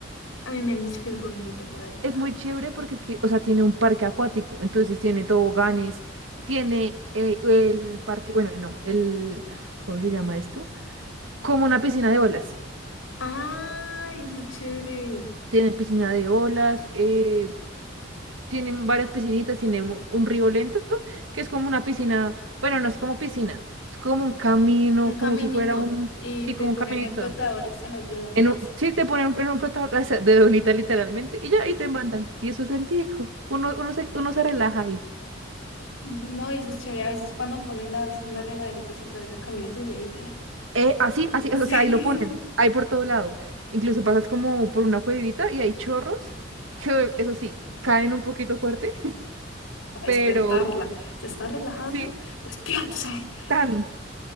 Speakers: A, on the left; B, on the right.
A: A mí me han dicho que es bonito por allá.
B: Es muy chévere porque es que, o sea, tiene un parque acuático, entonces tiene toboganes, tiene eh, el parque, bueno, no, el, ¿cómo se llama esto? Como una piscina de olas.
A: Ah, eso es chévere.
B: Tiene piscina de olas, eh, tienen varias piscinitas, tiene un, un río lento, que es como una piscina, bueno, no es como piscina, es como un camino,
A: Un
B: como
A: caminito.
B: si fuera un,
A: Y
B: sí,
A: te
B: como
A: ponen
B: un caminito.
A: en flotadores, en las dedonitas.
B: En un, sí, te ponen en un flotador <laughs> o sea, de donita literalmente, y ya ahí te mandan. Y eso es lentico. Uno, uno se, uno se relaja ahí.
A: No, eso es chévere. A veces cuando ponen las, unas regaderitas a través del caminito y ahí te...
B: Eh, así, así, o
A: <laughs>
B: sea, ahí lo ponen,
A: Sí.
B: ahí por todo lado. Incluso pasas como por una cuevita y hay chorros que, eso sí, caen un poquito fuerte, <laughs>
A: Para
B: pero
A: despertarla. Se está relajando.
B: sí,
A: Despiértese. <laughs>
B: tan.